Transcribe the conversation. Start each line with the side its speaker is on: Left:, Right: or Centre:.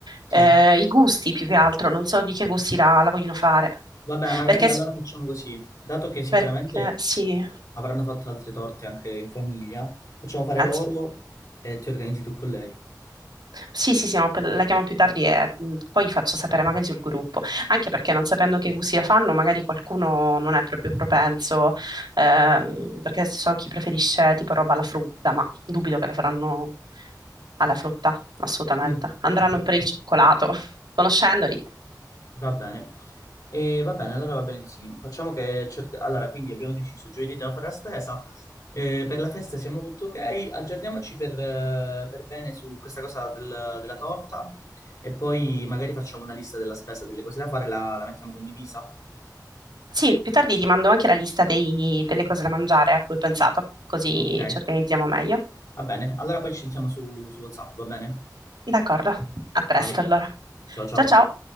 Left: sì.
Right: Eh, i gusti più che altro, non so di che gusti la la vogliono fare.
Left: Vabbè, magari
Right: Perché
Left: allora
Right: s-
Left: facciamo così. Dato che sicuramente
Right: Perché sì,
Left: avranno fatto altre torte anche in famiglia, facciamo fare
Right: penso.
Left: loro e ti organizzi tu con lei.
Right: Sì, sì, sì, no, per- la chiamo più tardi e mh, poi faccio sapere magari sul gruppo, anche perché non sapendo che cucina fanno, magari qualcuno non è proprio propenso, ehm, perché so chi preferisce tipo roba alla frutta, ma dubito che la faranno alla frutta, assolutamente.
Left: Mm,
Right: Andranno per il cioccolato, <laughs> conoscendoli.
Left: va bene. E va bene, allora va bene così. Facciamo che cerca- Allora, quindi abbiamo deciso, giovedì andiamo a fare la spesa, eh, per la festa siamo tutto ok, aggiorniamoci per, eh, per bene su questa cosa del- della torta e poi magari facciamo una lista della spesa, delle cose da fare, la, la mettiamo condivisa.
Right: Sì, più tardi ti mando anche la lista dei- delle cose da mangiare a cui ho pensato, così
Left: Ok,
Right: ci organizziamo meglio.
Left: va bene. Allora poi ci sentiamo su, su WhatsApp, va bene?
Right: D'accordo, a presto
Left: Vai.
Right: allora.
Left: Ciao ciao.
Right: Ciao ciao.